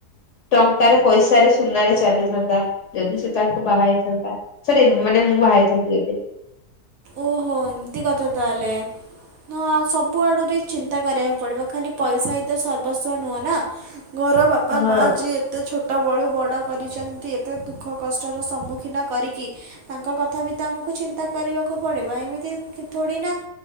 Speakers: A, on the left (about 55°); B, on the right (about 65°).
A: ଟଙ୍କାରେ ପଇସାରେ ସୁନାରେ ଚାଲିଥାନ୍ତା ଯଦି ସେ ତାଙ୍କୁ ବାହାଇଥାନ୍ତା ସରି ମାନେ ମୁଁ ବାହା ହେଇଥାନ୍ତି ଯଦି।
B: ଓ-ହୋ ଏମିତି କଥା ତାହଲେ। ହଁ ଆଉ ସବୁ ଆଡୁ ବି ଚିନ୍ତା କରିବାକୁ ପଡିବ ଖାଲି ପଇସା ହିଁ ତ ସର୍ବସ୍ୱ ନୁହଁ ନା। ଘର ବାପା
A: ହଁ
B: ମାଆ ଯିଏ ଏତେ ଛୋଟ ଛୋଟ ବେଳୁ ବଡ଼ କରିଛନ୍ତି ଏତେ ଦୁଃଖ କଷ୍ଟର ସମ୍ମୁଖୀନ କରିକି ତାଙ୍କ କଥା ବି ତ ଆମକୁ ଚିନ୍ତା କରିବାକୁ ପଡିବ ଏମିତି କି- କି ଥୋଡ଼ି ନା